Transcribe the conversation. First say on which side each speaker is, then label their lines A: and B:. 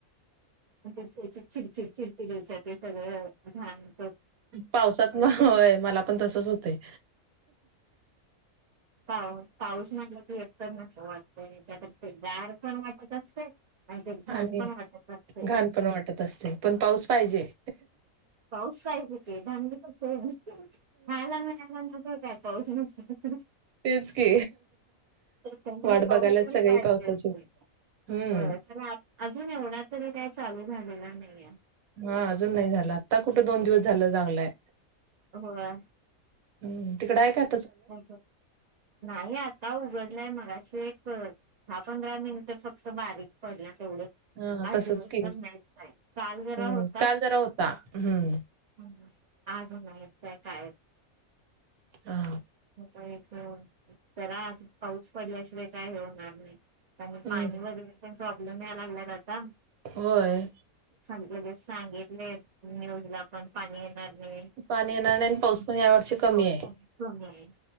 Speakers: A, on the right; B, on the right.
A: <unintelligible> चिडचिड चिडचिड होतय ते सगळं घान
B: पावसात मं होय मला पण तसंच होतंय.
A: पाऊ पाऊस म्हटल की एकदम <unintelligible> त्याच्यात ते गार पण वाटत असते आणि छान
B: आणि
A: पणं वाटतं असतें.
B: घाण पण वाटत असते, पण पाऊस पाहिजे.
A: पाऊस पाहिजे की धान्य <unintelligible> खायला मिळायला <unintelligible> काय पाऊस नसतो.
B: तेच की
A: त्यामुळे
B: वाट बघायलाच
A: पाऊस पण
B: सगळी
A: पाहिजे
B: पावसाची
A: असतय.
B: हम्म
A: होय तर अजून एवढा तरी काय चालू झालेला नाही आहे.
B: हां अजून नाही झाला आत्ता कुठे दोन दिवस झाले चांगलंय.
A: होय.
B: हम्म तिकडे आहे कां?
A: हाय का? नाही आत्ता उघडलाय मगाशी. <unintelligible> दहा पंधरा मिनिट फक्त बारीक पडला. तेवढच
B: हा
A: आज
B: तसच
A: दिवस
B: की
A: भर नाहीच नाही काल जरा
B: हम्म
A: होता.
B: काल जरा होता हम्म
A: <unintelligible>
B: हा,
A: <unintelligible> जरा आज पाऊस पडल्याशिवाय काय हो होणार नाही. <unintelligible> आणि
B: हम्म
A: पाणी वगैरे पण प्रॉब्लेम यायला लागल्यात आता.
B: होय
A: सांगितलेत न्यूज ला पण पाणी
B: पाणी येणार नाही आणि
A: <unintelligible>
B: पाऊस पण या वर्षी कमी आहे.